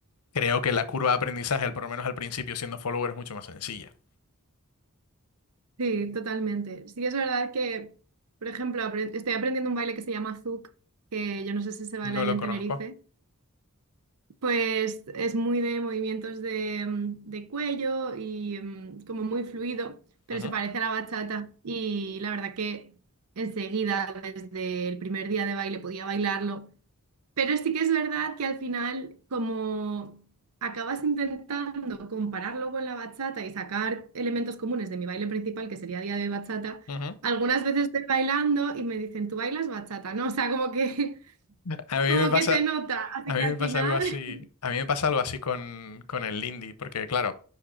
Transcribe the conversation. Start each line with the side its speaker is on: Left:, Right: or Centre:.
Left: creo que la curva de aprendizaje, al- por lo menos al principio siendo follower, es mucho más sencilla.
Right: sí, totalmente. Sí que es verdad que, por ejemplo, apren- estoy aprendiendo un baile que se llama zouk, que yo no sé si se baila
Left: No
Right: ahí
Left: lo
Right: en
Left: conozco.
Right: Tenerife, Pues es muy de movimientos de, mm, de cuello y mm, como muy fluido, pero
Left: Ujú,
Right: se parece a la bachata y la verdad que enseguida, desde el primer día de baile, podía bailarlo. Pero sí que es verdad que al final, como acabas intentando compararlo con la bachata y sacar elementos comunes de mi baile principal, que sería día de bachata,
Left: ujú.
Right: algunas veces estoy bailando y me dicen, ¿tú bailas bachata? No, o sea, como que, <laughs>
Left: A mí
Right: como
Left: me pasa,
Right: que se nota, así
Left: A
Right: que
Left: mí me
Right: al
Left: pasa
Right: final...
Left: algo así, a mí me pasa algo así con, con el Lindy, porque claro,